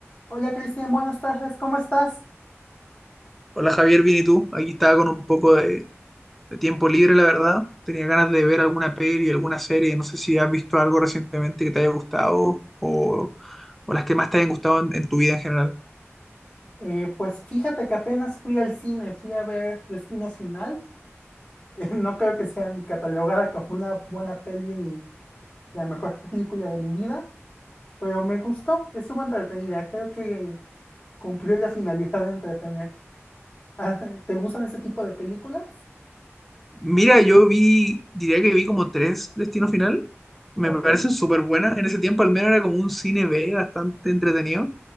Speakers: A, on the left (about 20°); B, in the centre.
A: Hola Cristian, buenas tardes, ¿cómo estás?
B: Hola Javier, bien y tú. Aquí estaba con un poco de, de tiempo libre, la verdad. Tenía ganas de ver alguna peli, alguna serie. No sé si has visto algo recientemente que te haya gustado o, o las que más te hayan gustado en, en tu vida en general.
A: Eh, pues fíjate que apenas fui al cine, fui a ver Destino Final. <laughs> Eh, no creo que sea ni catalogada como una buena peli ni la mejor <laughs> película de mi vida, pero me gustó, estuvo entretenida, creo que cumplió la finalidad de entretener. Ah, <laughs> ¿Te gustan ese tipo de películas?
B: Mira, yo vi, diría que vi como tres Destino Final. Me
A: Ok,
B: parecen súper buenas. En ese tiempo al menos era como un cine B bastante entretenido,